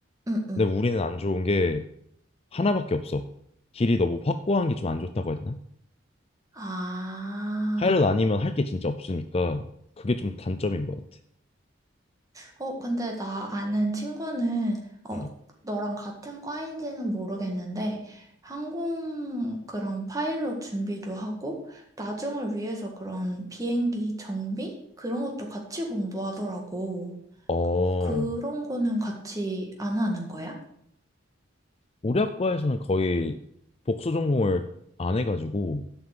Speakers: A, on the right; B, on the left.
A: 응, 응.
B: 근데 우리는 안 좋은 게 하나밖에 없어. 길이 너무 확고한 게 좀 안 좋다고 해야 되나?
A: 아.
B: 파일럿 아니면 할 게 진짜 없으니까 그게 좀 단점인 것 같아.
A: 어, 근데 나 아는 친구는, 어,
B: 음.
A: 너랑 같은 과인지는 모르겠는데, 항공 그런 파일럿 준비도 하고, 나중을 위해서 그런 비행기 정비? 그런 것도 같이 공부하더라고.
B: 어,
A: 그런 거는 같이 안 하는 거야?
B: 우리 학과에서는 거의 복수 전공을 안 해가지고